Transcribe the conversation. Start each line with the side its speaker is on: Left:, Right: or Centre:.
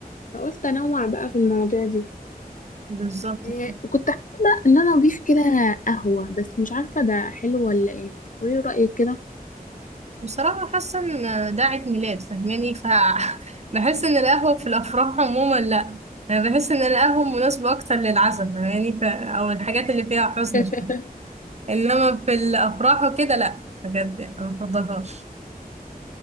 Left: فقلت انوع بقى في المواضيع دي
Right: بالظبط
Left: إيه
Right: كده
Left: وكنت حابة ان انا اضيف كده قهوة بس مش عارفة ده حلو ولا ايه قولي رأيك كده
Right: بصراحة حاسة ان ده عيد ميلاد فاهماني ف <laughs> بحس ان القهوة في الافراح عموما لا انا بحس ان القهوة مناسبة اكتر للعزاء فاهماني ف... او الحاجات اللي فيها حزن
Left: <laughs>
Right: شوية. انما في الافراح وكده لا بجد يعني ما بفضلهاش